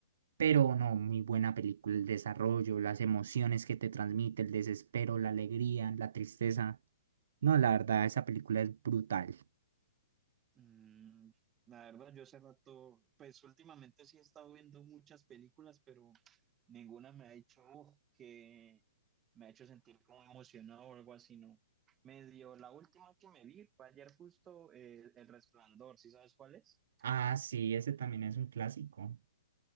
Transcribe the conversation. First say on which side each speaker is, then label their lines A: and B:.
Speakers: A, on the right; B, on the right.
A: Pero no, muy buena película, el desarrollo, las emociones que te transmite, el desespero, la alegría, la tristeza. No, la verdad, esa película es brutal.
B: Mm, la verdad, yo hace rato, pues últimamente sí he estado viendo muchas películas, pero ninguna me ha hecho "Uf", que me ha hecho sentir como emocionado o algo así, ¿no? Medio, la última que me vi fue ayer justo eh, El Resplandor, ¿sí sabes cuál es?
A: Ah, sí, ese también es un clásico.